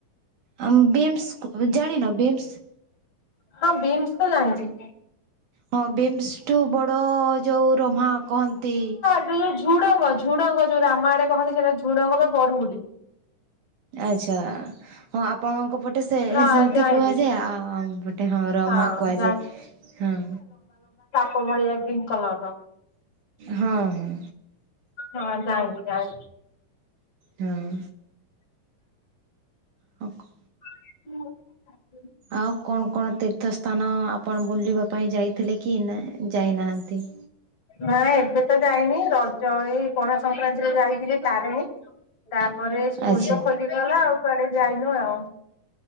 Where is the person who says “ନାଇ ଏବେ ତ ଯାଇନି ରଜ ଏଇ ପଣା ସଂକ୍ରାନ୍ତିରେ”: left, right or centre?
Left